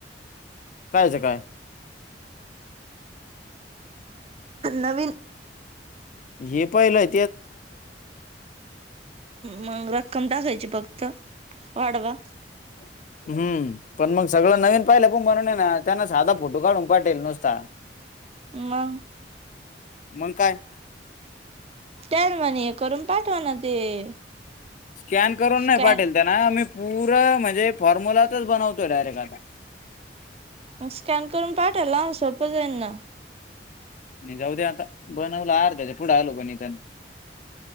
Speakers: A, on the left; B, on the right.
A: कायचं काय.
B: नवीन.
A: हे पाहिलाय
B: मग रक्कम टाकायची फक्त. त्त वाढवा.
A: हम्म -पण मग सगळं नवीन पाहिलं पण म्हणून आहे ना त्यांना साधा फोटो काढून पाठवेलए नुसता.
B: मंग?
A: मग काय
B: त्याल म्हणे हे करून पाठवा, ना ते-
A: स्कॅन करून
B: स्कॅन
A: नाही पाठवेल त्यान. मी पुर म्हणजे फॉम्युलातच बनवतोए डायरेक्ट आता.
B: मग स्कॅन करून पाठवायला आणि सोपं जाईल ना.
A: नाही जाऊद्या आता. बनवलं अर्ध्याच्या पुढे आलो पण इथे